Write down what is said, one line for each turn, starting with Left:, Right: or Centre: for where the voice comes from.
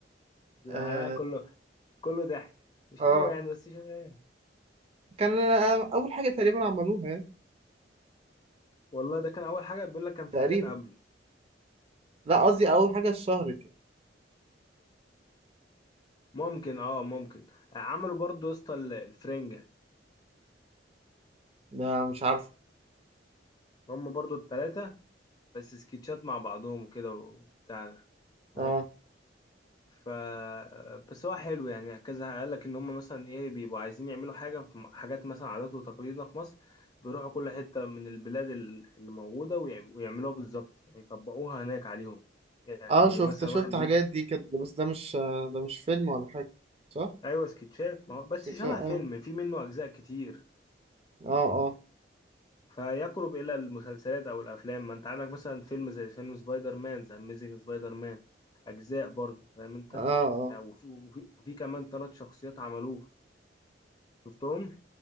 Left: جدعان
Right: اه
Left: أنا كله كله ضحك مش
Right: اه
Left: قوي يعني بس شغال
Right: كان اول حاجه تقريبا عملوها يعني
Left: والله ده كان اول حاجه بيقول لك كان في
Right: تقريبا
Left: حاجات قبله
Right: لا قصدي اول حاجه اتشهرت يعني
Left: ممكن اه ممكن عملوا برضه يا اسطى ال- الفرنجة
Right: ده مش عارفه
Left: هم برضو التلاتة بس سكتشات مع بعضهم وكده وبتاع ده فاهم
Right: اه
Left: ف بس هو حلو يعني كذا قال لك ان هم مثلا ايه بيبقوا عايزين يعملوا حاجه في م- حاجات مثلا عادات وتقاليدنا في مصر بيروحوا كل حته من البلاد ال- اللي موجوده ويعم- ويعملوها بالظبط يعني يطبقوها هناك عليهم يعني
Right: اه شفت
Left: مثلا
Right: شفت
Left: واحد
Right: حاجات
Left: يوم
Right: دي كده بس ده مش ده مش فيلم ولا حاجه صح
Left: ايوه سكتشات ما هو بس
Right: كده
Left: شبه
Right: اه
Left: فيلم في منه اجزاء كتير
Right: اه اه
Left: فيقرب الى المسلسلات او الافلام ما انت عندك مثلا فيلم زي فيلم سبايدر مان ذا اميزنج سبايدر مان اجزاء برضو فاهم انت
Right: اه اه
Left: يعني وفي, وفي, وفي كمان ثلاث شخصيات عملوه شفتهم